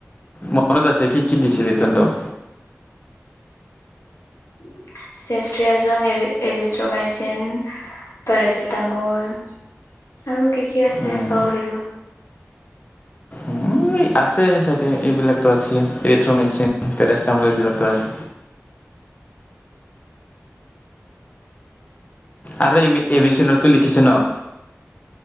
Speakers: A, on the left; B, on the left.
A: মনত আছে কি কি দিছিলি তেহেঁতক?
B: ছেফট্ৰিয়াজন এজিষ্ট্ৰমাইচিন পেৰাচিটামল আৰু কি কি আছে
A: উম
B: পাহৰিলো।
A: উম আছে চাগে এইবিলাকতো আছে, এৰিথ্ৰ' মেচিন পেৰাচটামল এইবিলাকতো আছে। আৰু এমি এমিচনটো লিখিছে ন?